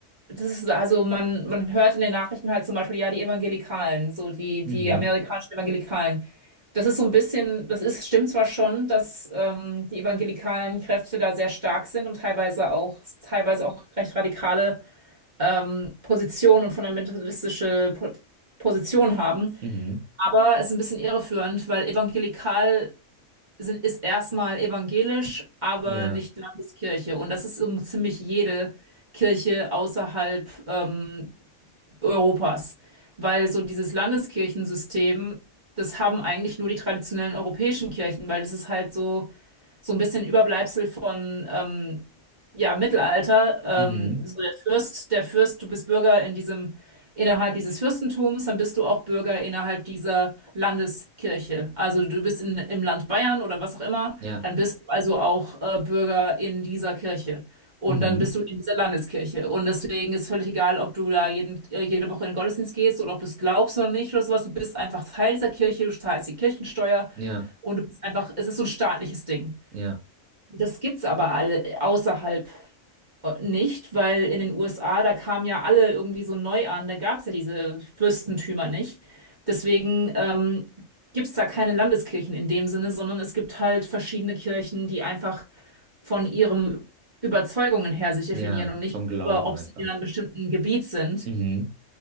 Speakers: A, on the right (about 35°); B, on the right (about 80°).
A: das ist, also man, man hört in den Nachrichten halt zum Beispiel, ja, die Evangelikalen, so die,
B: Mhm,
A: die amerikanischen Evangelikalen. Das ist so ein bisschen, das ist, stimmt zwar schon, dass ähm, die evangelikalen Kräfte da sehr stark sind und teilweise auch, teilweise auch recht radikale ähm, Position und fundamentalistische po Position haben.
B: mhm,
A: Aber es ist ein bisschen irreführend, weil evangelikal sind, ist erstmal evangelisch, aber
B: ja,
A: nicht Landeskirche. Und das ist um ziemlich jede Kirche außerhalb ähm, Europas. Weil so dieses Landeskirchensystem, das haben eigentlich nur die traditionellen europäischen Kirchen, weil das ist halt so so ein bisschen Überbleibsel von ähm, ja, Mittelalter. Ähm,
B: mhm,
A: so der Fürst, der Fürst, du bist Bürger in diesem, innerhalb dieses Fürstentums, dann bist du auch Bürger innerhalb dieser Landeskirche. Also du bist in, im Land Bayern oder was auch immer,
B: ja,
A: dann bist du also auch äh, Bürger in dieser Kirche. Und
B: mhm,
A: dann bist du in dieser Landeskirche. Und deswegen ist völlig egal, ob du da jeden, äh, jede Woche in den Gottesdienst gehst oder ob du es glaubst oder nicht oder sowas. Du bist einfach Teil dieser Kirche, du zahlst die Kirchensteuer
B: ja,
A: und du bist einfach, es ist so ein staatliches Ding.
B: ja,
A: Das gibt's aber alle außerhalb äh, nicht, weil in den USA, da kamen ja alle irgendwie so neu an, da gab's ja diese Fürstentümer nicht. Deswegen ähm, gibt's da keine Landeskirchen in dem Sinne, sondern es gibt halt verschiedene Kirchen, die einfach von ihren Überzeugungen her sich definieren
B: ja,
A: und nicht
B: vom Glauben
A: über, ob
B: einfach.
A: sie in einem bestimmten Gebiet sind.
B: Mhm,